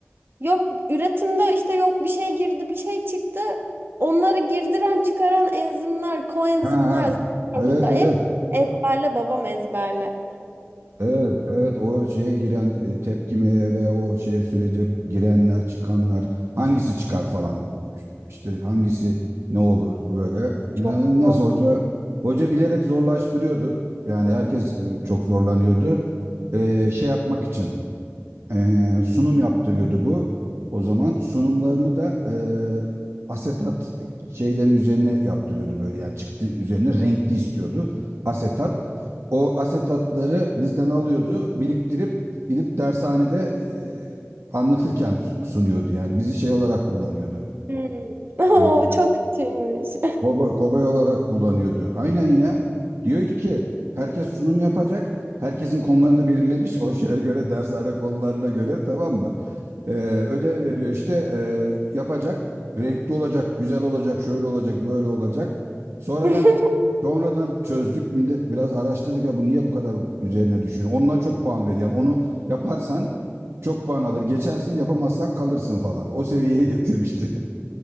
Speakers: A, on the right; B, on the right.
A: yok üretimde işte yok bir şey girdi bir şey çıktı. Onları girdiren çıkaran enzimler, koenzimler,
B: Ha ha. Evet
A: zıplar,
B: evet.
A: hep ezberle babam ezberle.
B: Evet, evet o şeye giren e, tepkimeye ve o şeye sürece girenler çıkanlar hangisi çıkar falan işte hangisi ne olur böyle
A: Çok
B: inanılmaz
A: zor.
B: hoca hoca bilerek zorlaştırıyordu yani herkes e, çok zorlanıyordu E, şey yapmak için ee, sunum yaptırıyordu bu. O zaman sunumlarını da e, asetat şeyleri üzerine yaptırıyordu böyle yani çıktı üzerine renkli istiyordu asetat. O asetatları bizden alıyordu, biriktirip gidip dershanede e, anlatırken sunuyordu. Yani bizi şey olarak kullanıyordu.
A: Hmm. <laughs> Oo,
B: E,
A: çok kötüymüş.
B: koba- kobay olarak kullanıyordu. Aynen ya. Diyor ki herkes sunum yapacak. Herkesin konularını belirlemiş. O şeye göre dershane konularına göre tamam mı? Ee, ödev veriyor işte ee, yapacak. Renkli olacak, güzel olacak, şöyle olacak, böyle olacak. Sonradan
A: <laughs>
B: sonradan çözdük. Millet biraz araştırdık ya bu niye bu kadar üzerine düşüyor. Onunla çok puan ver. Yani onu yaparsan çok puan alır. Geçersin, yapamazsan kalırsın falan. O seviyeye getirmişti.